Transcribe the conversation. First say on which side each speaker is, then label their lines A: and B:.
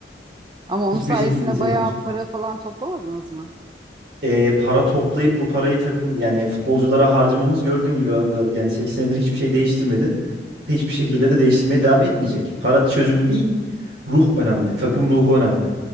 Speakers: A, on the right; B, on the right.
A: Ama onun
B: Hiçbir
A: sayesinde
B: şekilde sevmiyoruz.
A: bayağı para falan toplamadınız mı?
B: e, para toplayıp bu parayı takım yani futbolculara harcamamız gördüğün gibi vallahi yani 8 senedir hiçbir şey değiştirmedi. Hiçbir şekilde de değiştirmeye devam etmeyecek. Para çözüm değil. Ruh önemli. Takım ruhu önemli.